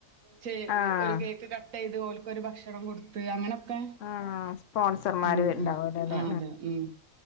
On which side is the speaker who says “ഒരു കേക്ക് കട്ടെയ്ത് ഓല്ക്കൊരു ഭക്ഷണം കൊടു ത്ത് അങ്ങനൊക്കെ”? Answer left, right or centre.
Right